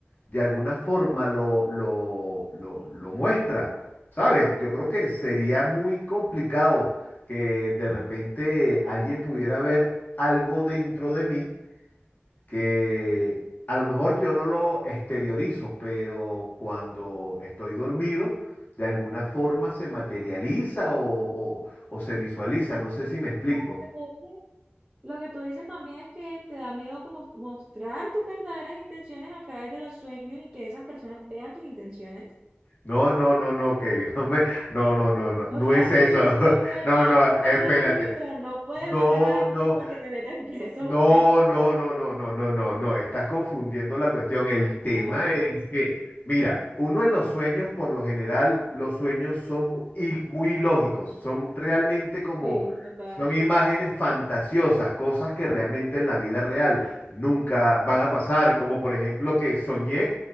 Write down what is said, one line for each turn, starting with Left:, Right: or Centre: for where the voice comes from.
Left: de alguna forma lo, lo, lo- lo muestra. ¿Sabes? Yo creo que sería muy complicado que de repente alguien pudiera ver algo dentro de mí que a lo mejor yo no lo exteriorizo, pero cuando estoy dormido, de alguna forma se materializa o, o o se visualiza. No sé si me explico.
Right: Pero Lo que tú dices lo que tú dices más bien es que te da miedo como mostrar tus verdaderas intenciones a través de los sueños y que esas personas vean tus intenciones.
Left: No, no, no, no, Kelly, <laughs> no me, no, no, no, no,
Right: O
Left: no
Right: sea,
Left: es
Right: <laughs>
Left: eso.
Right: tu intención
Left: <laughs>
Right: es
Left: No,
Right: matar
Left: no, espérate.
Right: a alguien, pero no puedes
Left: No,
Right: matar a alguien
Left: no.
Right: porque te metes preso.
Left: No,
Right: Es,
Left: no, no, no, no, no, no, no, estás confundiendo la cuestión. El tema
Right: a ver,
Left: es que, mira, uno en los sueños, por lo general, los sueños son mu- il- muy ilógicos, son realmente como,
Right: sí, total.
Left: son imágenes fantasiosas, cosas que realmente en la vida real nunca van a pasar, como por ejemplo que soñé